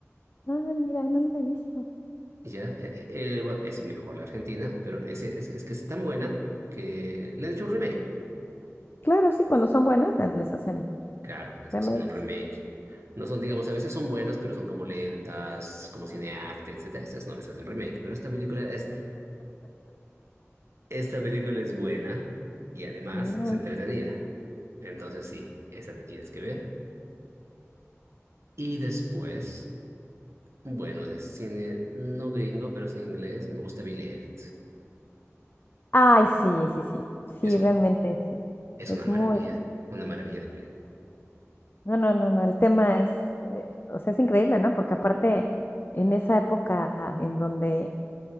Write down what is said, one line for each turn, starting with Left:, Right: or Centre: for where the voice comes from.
Left: Ah, mira, no la he visto.
Right: Ya, eh, eh, eh, bueno, es mejor la Argentina, pero es, es, es que es tan buena que le han hecho un remake. pues.
Left: Claro, sí, cuando son buenas la- les hacen
Right: Claro, les
Left: remakes.
Right: hacen un remake. No son, digamos, a veces son buenas, pero son como lentas, como cinearte, etcétera. Estas no les hacen remake, pero esta película es, esta película es buena y además
Left: Mira.
Right: es entretenida. Entonces sí, esa te tienes que ver. Y después, bueno, de cine no gringo, pero sí inglés, me gusta Billy Elliot.
Left: Ay, sí, sí, sí. Sí,
Right: Es un,
Left: realmente sí.
Right: es
Left: Es
Right: una maravilla,
Left: muy bueno.
Right: una maravilla de película.
Left: No, no, no, no. El tema es, eh, o sea, es increíble, ¿no? Porque aparte, en esa época en donde